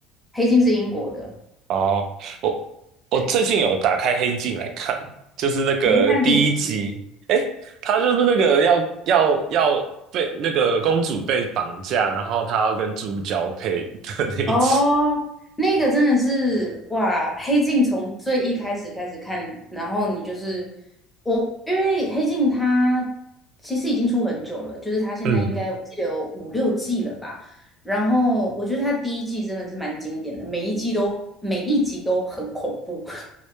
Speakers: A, in the centre; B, on the right.
A: 《黑镜》是英国的，
B: 哦，我我最近有打开《黑镜》来看，
A: 对，
B: 就是那个第一集，
A: 你是看第几季？
B: 诶，他就是那个要要要被那个公主被绑架，然后他要跟猪交配的那一集。
A: 哦，那个真的是哇，《黑镜》从最一开始开始看，然后你就是我，因为《黑镜》它其实已经出很久了，就是它现在应该我记得有五六季了吧。
B: 嗯，
A: 然后我觉得它第一季真的是蛮经典的，每一季都每一集都很恐怖。